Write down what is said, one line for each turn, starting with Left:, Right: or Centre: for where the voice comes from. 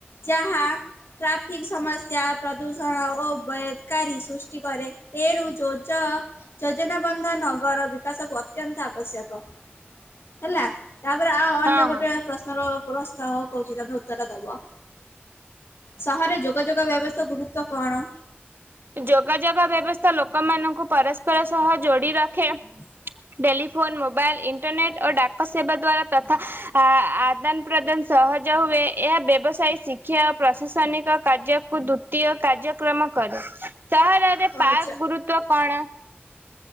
Left: ଯାହା ଟ୍ରାଫିକ ସମସ୍ୟା ପ୍ରଦୂଷଣ ଓ କାରି ସୃଷ୍ଟି କରେ ତେଣୁ ଯୋଜ ଯୋଜନାବନ୍ଧ ନଗର ବିକାଶକୁ ଅତ୍ୟନ୍ତ ଆବଶ୍ୟକ ହେଲା ତାପରେ ଆଉ ଅନ୍ୟ
Right: ହଁ
Left: ଗୋଟେ
Right: ହଁ
Left: ପ୍ରଶ୍ନର ପ୍ରଶ୍ନ କହୁଛି ତମେ ଉତ୍ତର ଦବ। ସହରରେ ଯୋଗାଯୋଗ ବ୍ୟବସ୍ଥା ଗୁରୁତ୍ୱ କଣ?
Right: ଯୋଗାଯୋଗ ବ୍ୟବସ୍ଥା ଲୋକମାନାନଙ୍କୁ ପରସ୍ପର ସହ ଯୋଡି ରଖେ। ଟେଲିଫୋନ ମୋବାଇଲ୍ ଇଣ୍ଟରନେଟ୍ ଓ ଡାକ ସେବା ଦ୍ଵାରା ତଥା ଆଦାନ ପ୍ରଦାନ ସହଜ ହୁଏ ଏହା ବ୍ୟବସାୟୀ ଶିକ୍ଷା ଓ ପ୍ରଶାସନିକ କାର୍ଯ୍ୟକୁ ଦ୍ୱିତୀୟ କାର୍ଯ୍ୟକ୍ରମ କରେ ସହରରେ
Left: ଓ
Right: ପାର୍କ
Left: ଆଚ୍ଛା
Right: ଗୁରୁତଵ କଣ?